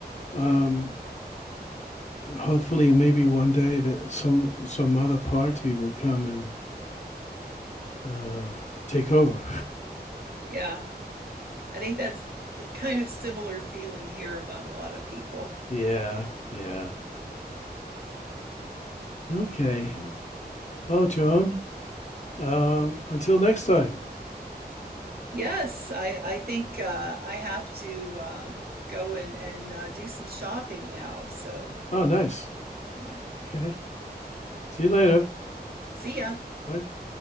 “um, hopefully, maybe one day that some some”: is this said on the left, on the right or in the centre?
Left